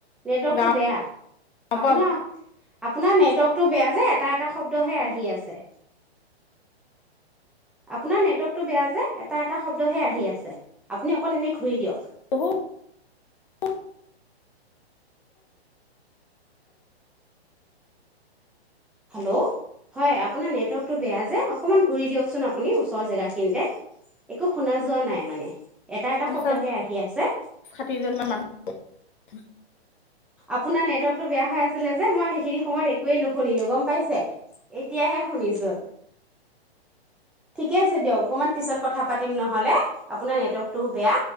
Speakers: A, in the centre; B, on the left (about 50°).
A: নেটৱৰ্কটো
B: গাঁৱৰ
A: বেয়া আপোনাৰ
B: পৰা
A: আপোনাৰ নেটৱৰ্কটো বেয়া যে এটা এটা শব্দহে আহি আছে। আপোনাৰ নেটৱৰ্কটো বেয়া যে এটা এটা শব্দহে আহি আছে আপুনি অকণ এনে ঘূৰি দিয়ক।
B: অহু <inaudible>
A: হেল্ল' হয় আপোনাৰ নেটৱৰ্কটো বেয়া যে অকণমান ঘূৰি দিয়কচোন আপুনি ওচৰৰ জেগাখিনিতে একো শুনা যোৱা নাই মানে। এটা এটা
B: পঞ্চাছ
A: শব্দহে আহি আছে!
B: ষাঠিজনীমান <inaudible>
A: আপোনাৰ নেটৱৰ্কটো বেয়া হৈ আছিলে যে মই সেইখিনি সময়ত একোৱেই নুশুনিলো, গম পাইছে। এতিয়াহে শুনিছো, ঠিকে আছে দিয়ক অকণমান পিছত কথা পাতিম নহ'লে, আপোনাৰ নেটৱৰ্কটোও বেয়া।